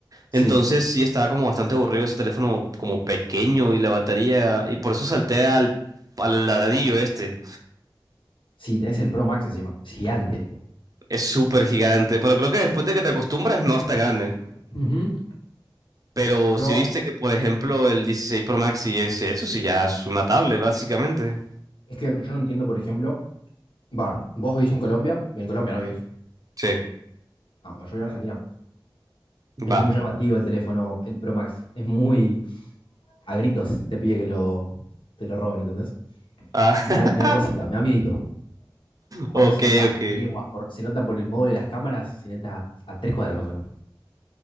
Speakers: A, on the left; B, on the right.
A: Sí,
B: Entonces sí estaba como bastante aburrido ese teléfono como pequeño y la batería, y por eso salté al, al ladrillo este.
A: sí, tenés el Pro Max encima. Gigante.
B: Es súper gigante, pero creo que después de que te acostumbras no es tan grande.
A: Ujú.
B: Pero
A: Yo,
B: si viste que, por ejemplo, el 16 Pro Max y ese, eso sí ya es una tablet, básicamente.
A: es que yo no entiendo, por ejemplo, va, vos vivís en Colombia, en Colombia no vivís.
B: Sí.
A: Ah, bueno, yo vivo en Argentina. Es
B: Va.
A: muy llamativo el teléfono, el Pro Max. Es muy a gritos te pide que lo, te lo roben, ¿entendés?
B: Ah,
A: Me
B: <laughs>
A: da, me da cosita, me da miedito. Aparte
B: ok,
A: se nota
B: ok.
A: a leguas, por, se nota por el móvil de las cámaras, se nota a tres cuadras más o menos.